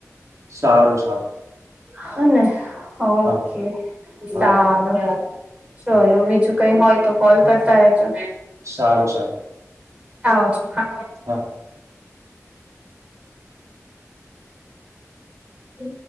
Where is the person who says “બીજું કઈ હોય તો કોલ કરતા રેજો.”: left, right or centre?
Right